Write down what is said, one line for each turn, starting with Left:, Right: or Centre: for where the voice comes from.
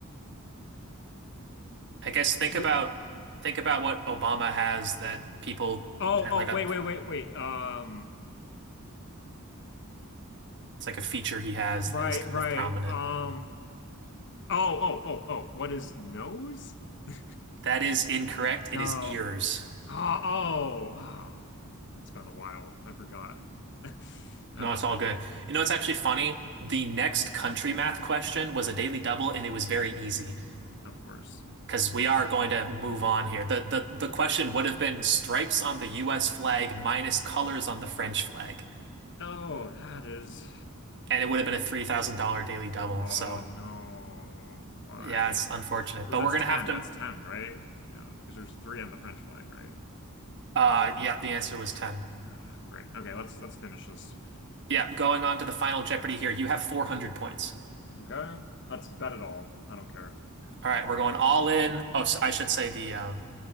Right: I guess think about
Left: l- uh,
Right: think about what Obama has that people
Left: oh,
Right: that
Left: oh,
Right: like a
Left: wait, wait, wait, wait. Um,
Right: it's like a feature he has
Left: right,
Right: that is kind
Left: right.
Right: of prominent.
Left: Um. Oh, oh, oh, oh. What is nose? <laughs>
Right: That is incorrect.
Left: No.
Right: It is ears.
Left: Oh, oh, oh. That's been a while. I forgot. <laughs> Okay,
Right: No, it's all good. You know, it's actually funny. The next country math question was a daily double, and it was very easy
Left: of course.
Right: because we are going to move on here. The, the the question would have been stripes on the US flag minus colors on the French flag,
Left: Oh, that is.
Right: and it would have been a $3,000 daily double.
Left: Oh
Right: So,
Left: no. Why?
Right: yeah, it's unfortunate,
Left: Because
Right: but
Left: that's
Right: we're gonna
Left: 10.
Right: have to.
Left: That's 10, right? You know, because there's three on the French flag, right?
Right: Uh, yeah, the answer was 10.
Left: Ah, great. Okay, let's let's finish this.
Right: Yeah, going on to the final Jeopardy here. You have 400 points.
Left: Okay. Let's bet it all. I don't care.
Right: All right, we're going all in. Oh, so I should say the um,